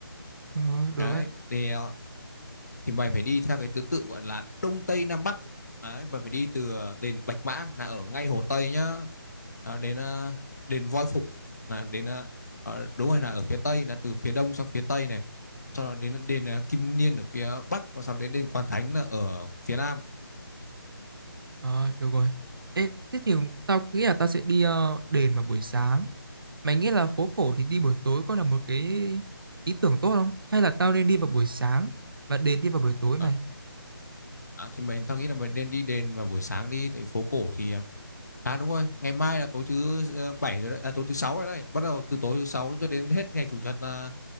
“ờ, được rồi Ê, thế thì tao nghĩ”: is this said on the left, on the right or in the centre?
Right